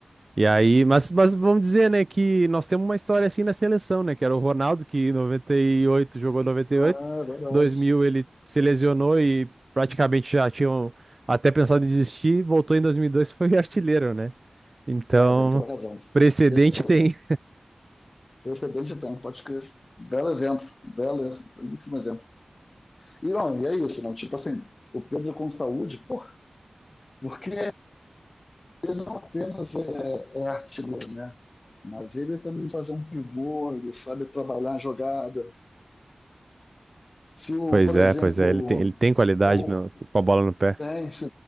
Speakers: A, on the right; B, on the left.
A: E aí, mas, mas vamos dizer, né, que nós temos uma história assim na seleção, né, que era o Ronaldo, que em 98 jogou noventa
B: Ah,
A: e oito
B: é verdade.
A: dois mil ele se lesionou e praticamente já tinham até pensado em desistir, voltou em 2002 e dois e foi <laughs> artilheiro, né? Então,
B: Cara, tem toda razão.
A: precedente
B: Esse é o
A: tem.
B: Precedente então, pode crer. Belo exemplo, belo, belíssimo exemplo. E, não, e é isso, não, tipo assim, o Pedro com saúde, porra, porque ele não apenas é, é artilheiro, né? Mas ele também faz um pivô, ele sabe trabalhar a jogada. Se, o,
A: Pois
B: por exemplo,
A: é, pois é, ele tem, ele tem qualidade
B: o,
A: no- com a bola no pé.
B: tem, se,